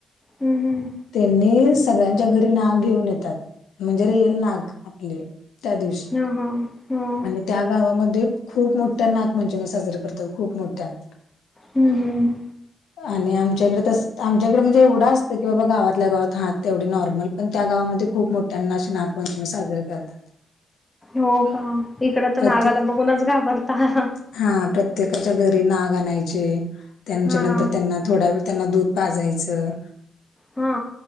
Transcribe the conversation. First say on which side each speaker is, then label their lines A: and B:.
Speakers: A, on the left; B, on the left.
A: हम् हम्म
B: त्यांनी सगळ्यांच्या घरी नाग घेऊन येतात. म्हणजे रिअल नाग आपले त्या दिवशी.
A: ह हा हा हा
B: आणि त्या गावामध्ये खूप मोठ्या नागपंचमी साजरे करतात खूप मोठ्याने.
A: हम्म हम
B: आणि आमच्या इकडे तस आमच्याकडे म्हणजे एवढं असतं की बाबा गावातल्या गावात हा तेवढे नॉर्मल पण त्या गावामध्ये खूप मोठ्यांना अशी नागपंचमी साजरे करतात.
A: हो का इकड तर
B: प्रत्येक
A: नागाला बघूनच घाबरता हं हं.
B: हा प्रत्येकाच्या घरी नाग आणायचे त्यांच्या
A: हा
B: नंतर त्यांना थोडा वेळ त्यांना दूध पाजायचं
A: हा